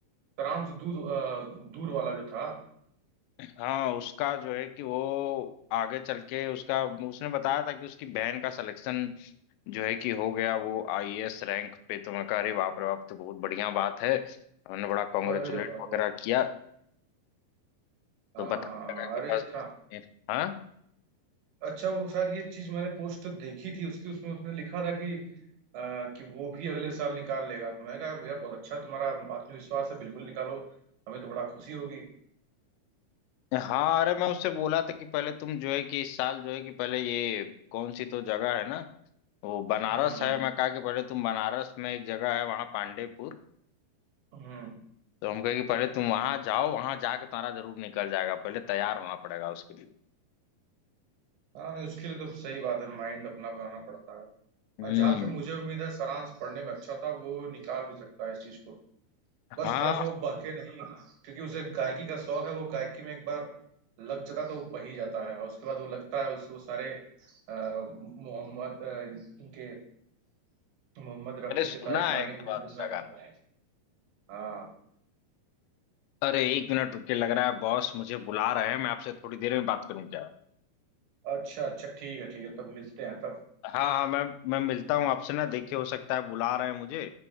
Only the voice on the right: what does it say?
फ्रांस दूर अ, दूर वाला जो था
अरे वाह
वाह
हाँ
हाँ हाँ,
अरे
अच्छा
अच्छा वो शायद ये चीज मैंने पोस्ट देखी थी उसकी उसमें उसने लिखा था कि आ, कि वो भी अगले साल निकाल लेगा तो मैंने कहा यार बहुत अच्छा तुम्हारा आत्मविश्वास है बिल्कुल निकालो हमें तो बड़ा खुशी होगी
हम्म
हम्म
हम्म।
हाँ नहीं उसके लिए तो सही बात है माइंड अपना बनाना पड़ता है
और जहां तक मुझे उम्मीद है सारांश पढ़ने में अच्छा था वो निकाल भी सकता है इस चीज को
बस थोड़ा सा वो बहके नहीं क्योंकि उसे गायकी का शौक है वो गायकी में एक बार लग जाता है तो वो बह ही जाता है और उसके बाद वो लगता है उसको सारे अ, मोहम्मद अ, इनके मोहम्मद
रफी
के सारे
गाने
को
गूंजने
लगता है हाँ
अच्छा अच्छा ठीक है ठीक है तब मिलते हैं तब